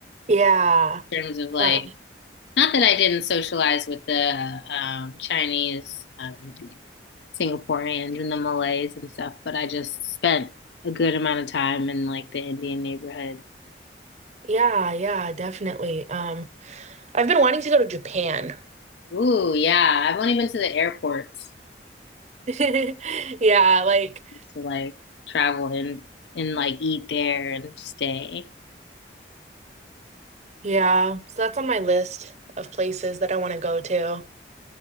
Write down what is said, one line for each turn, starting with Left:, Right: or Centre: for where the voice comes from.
Right: Yeah.
Left: in terms of like
Right: Uh,
Left: not that I didn't socialize with the uh, um, Chinese um, Singaporeans and the Malays and stuff, but I just spent a good amount of time in like the Indian neighborhood.
Right: Yeah, yeah, definitely. Um, I've been wanting to go to Japan.
Left: Ooh, yeah. I've only been to the airports
Right: <laughs> Yeah, like,
Left: to like travel and and like eat there and stay.
Right: yeah. So that's on my list of places that I want to go to.